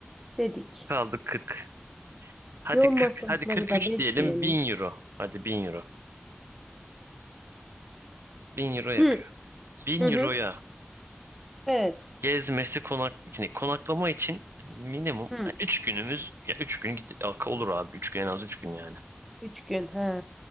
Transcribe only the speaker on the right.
Kaldı 40. Hadi
40, hadi 43
diyelim
1000 euro. Hadi 1000 euro. bin euro yapıyor.
Bin
euroya
gezmesi konak yani konaklama için minimum
3 günümüz ya 3 gün gid- ak- olur abi 3 gün en az 3 gün yani.